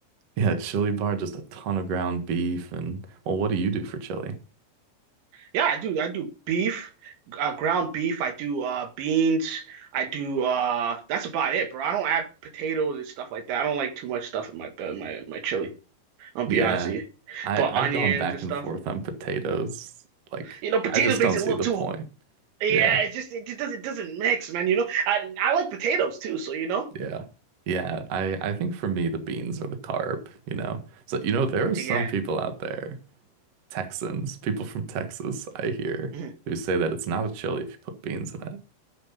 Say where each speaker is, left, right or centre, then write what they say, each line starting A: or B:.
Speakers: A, on the right (about 60°); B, on the right (about 80°).
A: Yeah, chili bar, just a ton of ground beef and well, what do you do for chili?
B: Yeah, I do. I do beef, uh, ground beef. I do uh, beans. I do. Uh, that's about it, bro. I don't add potatoes and stuff like that. I don't like too much stuff in my in my my chili. I'll
A: Yeah.
B: be honest with you.
A: I
B: Put onions
A: I've gone back
B: and stuff.
A: and forth on potatoes. Like
B: You know, potatoes
A: I just
B: makes
A: don't
B: it
A: see
B: a little
A: the
B: too.
A: point.
B: Yeah,
A: Yeah,
B: it just it just doesn't doesn't mix, man. You know, I I like potatoes too, so you know,
A: yeah, yeah. I I think for me the beans are the carb, you know. So you know there are some
B: yeah.
A: people out there, Texans, people from Texas, I hear,
B: Mhm.
A: who say that it's not a chili if you put beans in it.